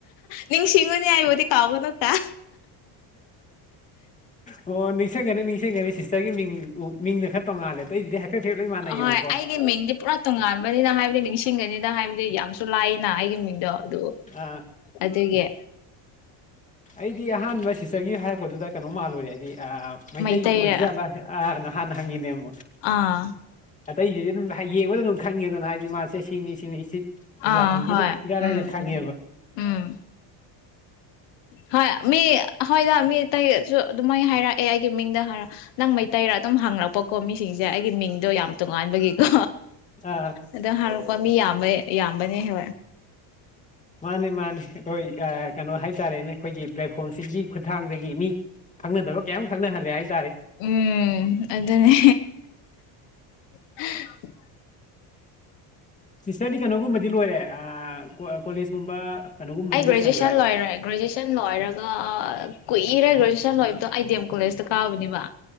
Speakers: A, on the left (about 65°); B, on the left (about 15°).
A: ꯅꯤꯡꯁꯤꯡꯉꯨꯅꯤ ꯑꯩꯕꯨꯗꯤ ꯀꯥꯎꯒꯅ ꯀ
B: ꯑꯣ ꯅꯤꯡꯁꯤꯡꯒꯅꯤ ꯅꯤꯡꯁꯤꯡꯒꯅꯤ ꯁꯤꯁꯇꯔꯒꯤ ꯃꯤꯡ ꯃꯤꯡꯅ ꯈꯔ ꯇꯣꯡꯉꯥꯜꯂꯦ ꯑꯇꯩ ꯑꯩꯁꯤꯗꯤ ꯍꯥꯏꯐꯦꯠ ꯍꯥꯏꯐꯦꯠ ꯂꯣꯏ ꯃꯥꯟꯅꯩꯌꯦꯕꯀꯣ
A: ꯑꯍꯣꯏ ꯑꯩꯒꯤ ꯃꯤꯡꯗꯤ ꯄꯨꯔꯥ ꯇꯣꯉꯥꯟꯕꯅꯤꯅ ꯍꯥꯏꯕꯗꯤ ꯅꯤꯡꯁꯤꯡꯒꯅꯤꯅ ꯍꯥꯏꯕꯗꯤ ꯌꯥꯝ ꯂꯥꯏꯅꯥ ꯑꯩꯒꯤ ꯃꯤꯗꯣ ꯑꯗꯨ
B: ꯑ
A: ꯑꯗꯨꯒꯤ
B: ꯑꯩꯗꯤ ꯑꯍꯥꯟꯕ ꯁꯤꯁꯇꯔꯒꯤ ꯍꯥꯏꯔꯛꯄꯗꯨꯗ ꯀꯩꯅꯣ ꯃꯥꯜꯂꯨꯔꯦ ꯍꯥꯏꯗꯤ ꯃꯩꯇꯩ
A: ꯃꯩꯇꯩꯔ
B: ꯑꯣꯏꯕꯖꯥꯠꯂ ꯑ ꯍꯥꯟꯅ ꯍꯪꯅꯦꯕꯣ
A: ꯑꯥ
B: ꯑꯗ ꯑ <inaudible> ꯌꯦꯡꯕꯗ ꯑꯗꯨꯝ ꯈꯪꯉꯦꯗꯅ ꯍꯥꯏꯗꯤ ꯃꯥꯁꯦ ꯁꯤꯅꯤ ꯁꯤꯅꯤ ꯁꯤ
A: ꯑꯥ
B: ꯖꯥꯇꯤꯅꯤ
A: ꯍꯣꯏ
B: ꯑꯗꯨꯝ ꯏꯔꯥꯏ ꯂꯥꯏꯅ
A: ꯎꯝ
B: ꯈꯪꯉꯦꯕ
A: ꯎꯝ ꯎꯝ ꯍꯣꯏ ꯃꯤ ꯍꯣꯏꯗ ꯃꯤ ꯇꯩꯁꯨ ꯑꯗꯨꯃꯥꯏ ꯍꯥꯏꯔꯛꯑꯦ ꯑꯩꯒꯤ ꯃꯤꯡꯗ ꯍꯥꯏꯔ ꯅꯪ ꯃꯩꯇꯩꯩꯔ ꯑꯗꯨꯝ ꯍꯥꯡꯉꯛꯄꯀꯣ ꯃꯤꯁꯤꯡꯁꯦ ꯦ ꯑꯩꯒꯤ ꯃꯤꯡꯗꯣ ꯌꯥꯝ ꯇꯣꯉꯥꯟꯕꯒꯤꯀꯣ
B: ꯑ
A: ꯑꯗꯣ ꯍꯧꯔꯛꯄ ꯃꯤ ꯌꯥꯝ ꯌꯥꯕꯅꯤ ꯍ
B: ꯃꯥꯅꯤ ꯃꯥꯅꯤ ꯀꯣꯏ ꯀ ꯀꯩꯅꯣ ꯍꯥꯏꯇꯥꯔꯦꯅꯦ ꯑꯩꯈꯣꯏꯒꯤ ꯄ꯭ꯂꯦꯠꯐꯣꯝꯁꯤꯒꯤ ꯈꯨꯠꯊꯥꯡꯗꯒꯤ ꯃꯤ ꯈꯪꯅꯗꯕ ꯀꯌꯥꯝ ꯈꯪꯅꯜꯂ ꯍꯥꯏ
A: ꯎꯝ ꯑꯗꯨꯅꯦ <inaudible>
B: ꯁꯤꯁꯇꯔꯗꯤ ꯀꯩꯅꯣꯒꯨꯝꯕꯗꯤ ꯂꯣꯏꯔꯦ ꯀꯣꯂꯦꯖꯀꯨꯝꯕ ꯀꯩꯅꯣꯒꯨꯝꯕꯗꯤ
A: ꯑꯩ ꯒ꯭ꯔꯦꯖꯨꯑꯦꯁꯟ
B: ꯂꯣꯏꯁꯟꯈ꯭ꯔꯦ
A: ꯂꯣꯏꯔꯦ ꯒ꯭ꯔꯦꯖꯨꯌꯦꯁꯟ ꯂꯣꯏꯔꯒ ꯀꯨꯏꯔꯒꯦꯖ ꯄꯩꯁꯥ ꯂꯣꯏꯕꯗꯣ ꯑꯥꯏ ꯗꯤ ꯑꯦꯝ ꯀꯣꯂꯦꯖꯇ ꯀꯥꯎꯕꯅꯦꯕ